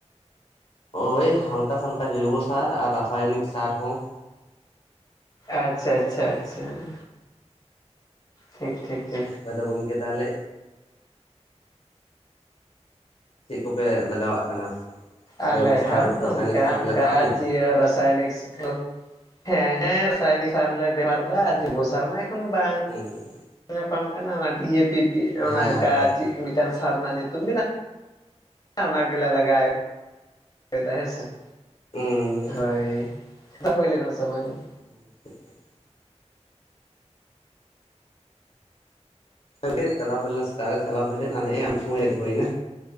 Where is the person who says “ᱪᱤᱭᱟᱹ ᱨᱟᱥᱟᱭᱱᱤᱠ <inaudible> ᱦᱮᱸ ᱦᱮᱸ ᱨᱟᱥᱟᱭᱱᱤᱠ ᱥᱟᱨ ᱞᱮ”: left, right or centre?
Left